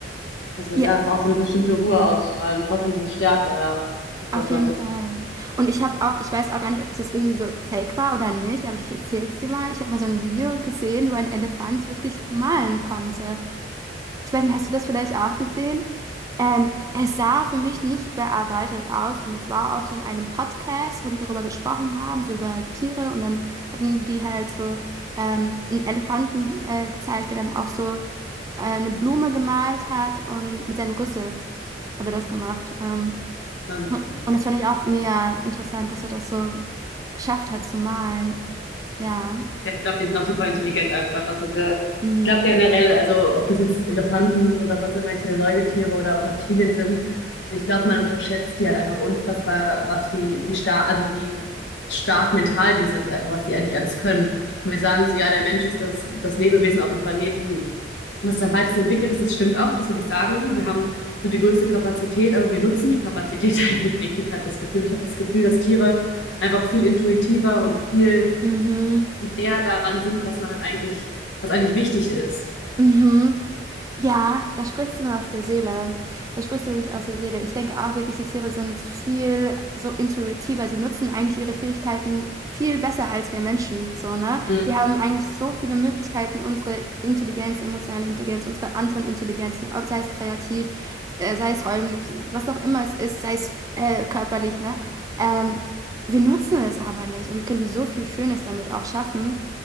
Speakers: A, on the left (about 75°); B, on the right (about 20°).
A: Also, dass
B: ja,
A: sie einfach auch so eine bestimmte Ruhe ausstrahlen, trotzdem diese Stärke, ja, was
B: auf
A: du auch
B: jeden
A: meintest.
B: Fall. Und ich habe auch, ich weiß auch gar nicht, ob es jetzt irgendwie so fake war oder nicht, aber ich erzähl's dir mal. Ich habe mal so ein Video gesehen, wo ein Elefant wirklich malen konnte. Ich weiß nicht, hast du das vielleicht auch gesehen? Ähm, es sah für mich nicht bearbeitet aus und es war auch so in einem Podcast, wo die darüber gesprochen haben, so über Tiere und dann hatten die halt so ähm, einen Elefanten äh, gezeigt, der dann auch so äh, eine Blume gemalt hat und mit seinem Rüssel hat er das gemacht. Ähm,
A: Stimmt.
B: und das fand ich auch mega interessant, dass er das so geschafft hat zu malen. Ja.
A: Ja, ich glaube, die sind auch super intelligent einfach. Also der, ich
B: Mhm.
A: glaube generell, also ob das jetzt Elefanten oder sonst irgendwelche Säugetiere oder auch Reptilien sind, ich glaube, man unterschätzt die halt einfach unfassbar, was die, wie stark, also wie stark mental die sind, einfach was die eigentlich alles können. Und wir sagen so, ja, der Mensch ist das, das Lebewesen auf dem Planeten, was am weitesten entwickelt ist. Das stimmt auch, das würde ich sagen. Wir haben so die größte Kapazität, aber wir nutzen die Kapazität <laughs> halt nicht richtig, habe ich das Gefühl. Ich habe das Gefühl, dass Tiere einfach viel intuitiver und viel
B: Mhm.
A: eher daran sind, was man halt eigentlich, was eigentlich wichtig ist.
B: Mhm. Ja, da sprichst du mir aus der Seele. Da sprichst du wirklich aus der Seele. Ich denke auch wirklich, die Tiere sind viel so intuitiver. Sie nutzen eigentlich ihre Fähigkeiten viel besser als wir Menschen, so, ne?
A: Mhm.
B: Wir haben eigentlich so viele Möglichkeiten, unsere Intelligenz, emotionale Intelligenz, unsere anderen Intelligenzen, ob sei es kreativ, äh, sei es räumlich, was auch immer es ist, sei es äh, körperlich, ne? Ähm, wir nutzen es aber nicht und wir könnten so viel Schönes damit auch schaffen.